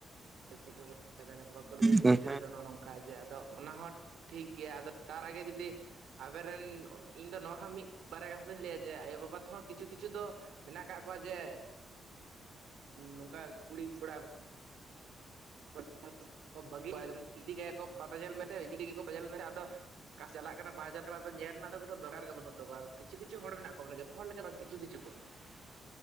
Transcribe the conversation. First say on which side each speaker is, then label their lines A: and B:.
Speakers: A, on the right (about 85°); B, on the right (about 20°).
A: ᱪᱮᱫ <inaudible> ᱵᱟᱠᱚ ᱞᱟᱹᱭ
B: ᱦᱮᱸ
A: <inaudible> ᱜᱤᱫᱽᱨᱟᱹ ᱫᱚ ᱱᱚᱜᱼᱚ ᱱᱚᱝᱠᱟ ᱡᱮ ᱟᱫᱚ ᱚᱱᱟ ᱦᱚᱸ ᱴᱷᱤᱠ ᱜᱮᱭᱟ, ᱟᱫᱚ ᱛᱟᱨ ᱟᱜᱮ ᱡᱩᱫᱤ ᱟᱵᱮᱱ ᱨᱮᱱ ᱤᱧ ᱫᱚ ᱱᱚᱣᱟ ᱦᱚᱸ ᱢᱤᱫ ᱵᱟᱨᱭᱟ ᱠᱟᱛᱷᱟ ᱫᱚᱧ ᱞᱟᱹᱭᱟ, ᱡᱮ ᱟᱭᱳᱵᱟᱵᱟ ᱠᱚᱦᱚᱸ ᱠᱤᱪᱷᱩ ᱠᱤᱪᱷᱩ ᱫᱚ ᱢᱮᱱᱟᱜ ᱠᱟᱜ ᱠᱚᱣᱟ ᱡᱮ, ᱱᱚᱝᱠᱟ ᱠᱩᱲᱤ ᱠᱚᱲᱟ᱾ <inaudible> ᱤᱫᱤ ᱠᱟᱭᱟ ᱠᱚ ᱯᱟᱛᱟ ᱧᱮᱞ ᱢᱮᱱᱛᱮ, ᱤᱫᱤ ᱠᱟᱭᱟ ᱠᱚ ᱯᱟᱛᱟ ᱧᱮᱞ ᱢᱮᱛᱮ ᱟᱫᱚ ᱚᱠᱟ ᱥᱮᱫ ᱮ ᱪᱟᱞᱟᱜ ᱠᱟᱱᱟ ᱵᱟᱭ ᱪᱟᱞᱟᱜ ᱠᱟᱱᱟ, ᱟᱫᱚ ᱧᱮᱞ ᱨᱮᱱᱟᱜ ᱫᱚ ᱠᱳᱱᱳ ᱫᱚᱨᱟᱨ ᱜᱮ ᱵᱟᱹᱱᱩᱜ ᱛᱟᱠᱚᱣᱟ, ᱠᱪᱷᱩ ᱠᱤᱪᱩ ᱦᱚᱲ ᱢᱮᱱᱟᱜ ᱠᱚᱣᱟ ᱵᱚᱞᱮ ᱡᱚᱛ ᱦᱚᱲ ᱞᱮᱠᱟ ᱵᱟᱝ ᱠᱤᱪᱷᱩ ᱠᱤᱪᱩᱷ ᱠᱚ᱾
B: <unintelligible> <inaudible>